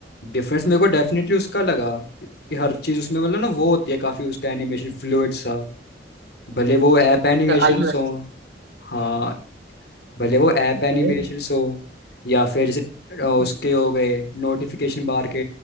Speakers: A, on the left; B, on the right.
A: डिफरेंस मेरे को डेफिनेटली उसका लगा कि कि हर चीज उसमें मतलब ना वो होती है काफी उसका एनिमेशन फ्लूइड सा भले वो ऐप एनिमेशन
B: iOS
A: हो हाँ भले वो ऐप
B: ओके
A: एनिमेशन हो या फिर जैसे अ, उसके
B: हम्म
A: हो गए नोटिफिकेशन बार के